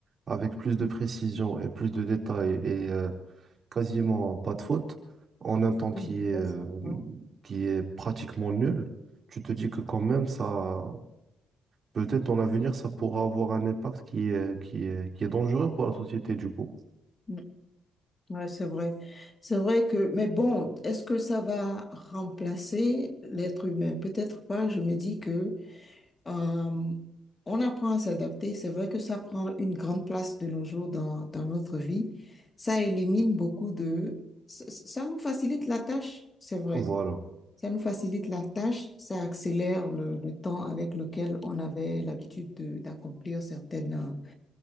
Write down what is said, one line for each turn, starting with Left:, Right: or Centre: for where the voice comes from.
Right: avec plus de précision et plus de détails et euh, quasiment pas de faute, en un temps
Left: mhm,
Right: qui est,
Left: yes,
Right: euh,
Left: ouais,
Right: qui est pratiquement nul. Tu te dis que quand même, ça, Peut-être dans l'avenir, ça pourra avoir un impact qui est, qui est, qui est dangereux pour la société, du coup.
Left: mhm. Ouais, c'est vrai. C'est vrai que, mais bon, est-ce que ça va remplacer l'être humain? Peut-être pas. Je me dis que euh, on apprend à s'adapter. C'est vrai que ça prend une grande place de nos jours dans, dans notre vie. Ça élimine beaucoup de... Ça, ça nous facilite la tâche, c'est vrai.
Right: Voilà.
Left: Ça nous facilite la tâche. Ça accélère le, le temps avec lequel on avait l'habitude de- d'accomplir certaines, euh,